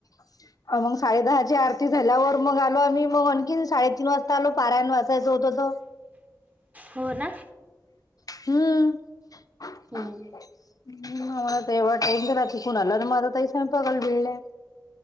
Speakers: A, on the left (about 55°); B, on the right (about 20°).
A: <inaudible> अ मग साडे दहा ची आरती झाल्यावर मग आलो आम्ही मग आणखी साडेतीन वाजता आलो पारयण वाचायचं होतं तर.
B: हो ना?
A: हम्म!
B: हम्म!
A: ह आमला तर एवढ टाईम झाला कुणाला आला आणि माझ तहीसा पगल भिळल्या.